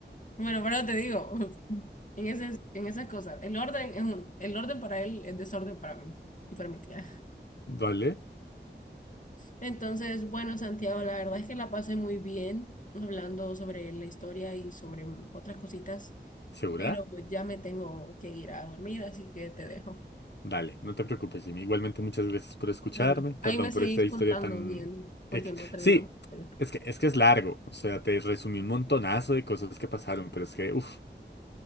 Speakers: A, on the left; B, on the left.
A: Bueno, pero te digo, <laughs> en esas, en esas cosas, el orden es un, el orden para él es desorden para mí y para mi tía.
B: ¿Vale?
A: Entonces, bueno, Santiago, la verdad es que la pasé muy bien hablando sobre la historia y sobre otras cositas,
B: ¿Segura?
A: pero ya me tengo que ir a dormir, así que te dejo.
B: Dale, no te preocupes, Jimmy. Igualmente, muchas gracias por escucharme.
A: Bueno,
B: Perdón
A: ahí me
B: por
A: seguís
B: esta historia
A: contando
B: tan...
A: bien, porque
B: ex-
A: no terminamos.
B: Sí,
A: de hacer.
B: es que, es que es largo. O sea, te resumí un montonazo de cosas que pasaron, pero es que, uff,